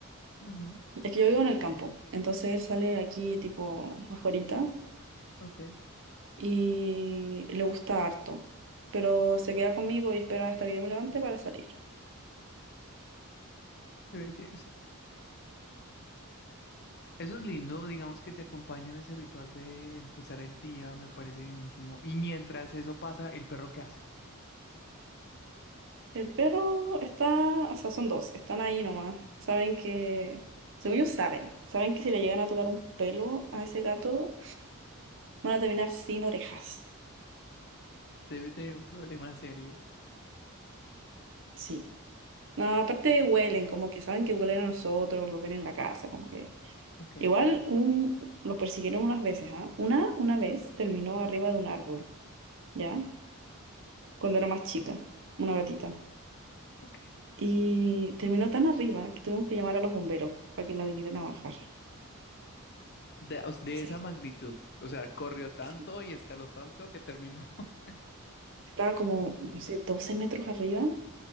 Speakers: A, on the left; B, on the right.
A: Ujú,
B: es que yo vivo en el campo, entonces él sale aquí tipo afuera
A: Ok, qué
B: y le gusta harto, pero se queda conmigo y espera hasta que yo me levante para salir.
A: belleza. Eso es lindo, digamos que te acompaña en ese ritual de empezar el día, me parece bellísimo. Y mientras eso pasa, ¿el perro qué hace?
B: El perro está, o sea, son dos, están ahí nomás. Saben que, según ellos saben, saben que si le llegan a tocar un pelo a ese gato, van a terminar sin orejas.
A: Debe tener un problema serio.
B: Sí. No, aparte huelen, como que saben que huelen a nosotros, los ven en la casa, como que...
A: Ok,
B: Igual un, los persiguieron unas veces, ¿ah? Una, una vez terminó arriba de un árbol, ¿ya? Cuando era más chica, una gatita.
A: ok.
B: Y terminó tan arriba que tuvimos que llamar a los bomberos para que la vinieran a bajar.
A: De, o de
B: Sí,
A: esa magnitud. O sea, corrió tanto
B: sí.
A: y escaló tanto que terminó. <laughs>
B: Estaba como, no sé, 12 metros arriba